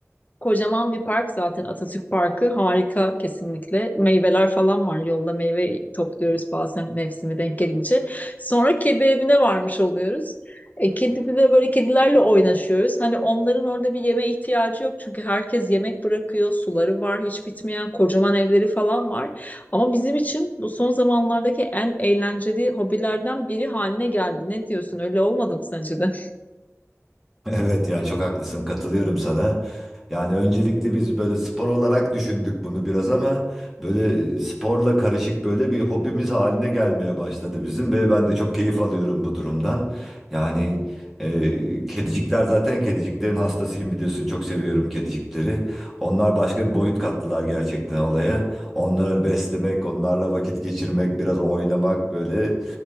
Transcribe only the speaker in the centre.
Evet ya çok haklısın katılıyorum sana. Yani öncelikle biz böyle spor olarak düşündük bunu biraz ama böyle sporla karışık böyle bir hobimiz haline gelmeye başladı bizim ve ben de çok keyif alıyorum bu durumdan. Yani e, kedicikler zaten kediciklerin hastasıyım biliyorsun çok seviyorum kedicikleri. Onlar başka bir boyut kattılar gerçekten olaya. Onları beslemek, onlarla vakit geçirmek, biraz oynamak böyle